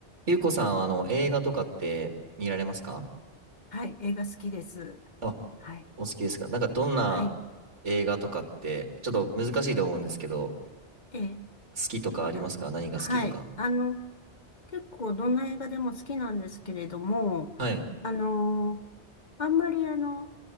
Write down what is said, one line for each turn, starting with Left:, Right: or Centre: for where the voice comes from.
Right: ゆうこさんは、あの、映画とかって見られますか
Left: はい、映画好きです。
Right: あ、
Left: はい、
Right: お好きですかなんか、どんな
Left: はい、
Right: 映画とかって、ちょっと難しいと思うんですけど、
Left: えー、
Right: 好きとかありますか何が好きとか。
Left: あはい、あの、結構どんな映画でも好きなんですけれども、
Right: はい。
Left: あのーあんまりあの、